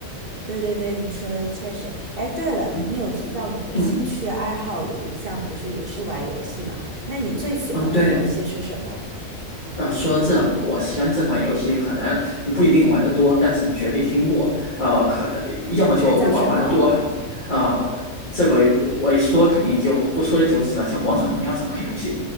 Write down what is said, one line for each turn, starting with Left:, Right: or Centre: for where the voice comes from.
Right: 对对对，你说的确实。哎，对了，
Left: 嗯
Right: 你有提到你的兴趣爱好有一项不是也是玩游戏嘛？
Left: 嗯
Right: 那你最喜欢的游戏是什么？
Left: 嗯，对。呃，说这，我相信这款游戏可能你不一定玩得多，但是你绝对听过。呃，可要么就不管玩得多，
Right: 它叫什么？
Left: 呃，这个我一说肯定就不说一就知道，叫《王者荣耀》这款游戏。